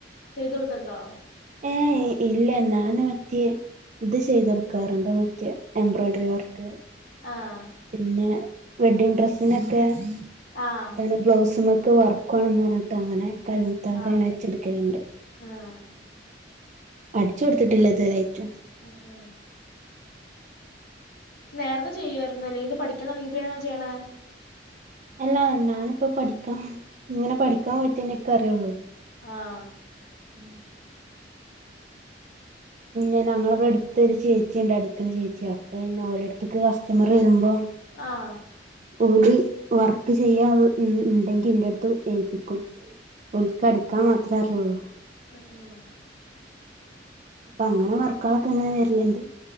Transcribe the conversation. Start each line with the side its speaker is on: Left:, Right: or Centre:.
Left: ചെയ്തുകൊടുത്തിട്ടുണ്ടോ
Right: ഏഹ ഇല്ല നാനു മതിയെ ഇത് ചെയ്തെടുക്കാറുണ്ടോ മറ്റെ എംബ്രോയ്ഡറി വർക്ക്
Left: ആഹ
Right: പിന്നെ വെഡിങ് ഡ്രെസ്സിനൊക്കെ
Left: ആഹ്
Right: എന്താണ് ബ്ലൗസ്മത്തെ വർക്കുവാണന്ന് റഞ്ഞിട്ട്ങ്ങനെ കൽമുത്തവ്ടെ
Left: ആഹ്
Right: വെച്ചൊട്ക്കലുണ്ട്
Left: ആഹ്
Right: അടിചൊടുത്തിട്ടില്ല ഇത് വരായിറ്റും
Left: അ ആ നേരത്തെ ചെയ്യായിരുന്നു ല്ലോ ഇത് പഠിക്കാ തൊടങ്ങിയപ്പാണോ ചെയ്യണേ
Right: അല്ലാ ഞാനിപ്പ പഠിക്കാൻ ഇങ്ങനെ പഠിക്കാൻ പോയിറ്റന്നെക്കറിയൊള്ളു
Left: ആഹ
Right: ഉം പിന്നെ ഞങ്ങളവിടെടുത്തൊരു ചേച്ചിണ്ട് അടിക്ണ ചേച്ചി അപ്പൊ പിന്നെ ഓലടുത്തക്ക് കസ്റ്റമർ വരുമ്പോ
Left: ആഹ
Right: ഓലി വർക്ക് ചെയ്യാണ്ടെങ്കി ഇന്റെ അടുത്ത് ഏൽപ്പിക്കും ഓൽക്കടിക്കാൻ മാത്രേ അറിയുള്ളൂ
Left: അ ആഹ്
Right: അപ്പൊ അങ്ങനെ വർക്കാളൊക്കെ ങ്ങനെ വരിലുണ്ട്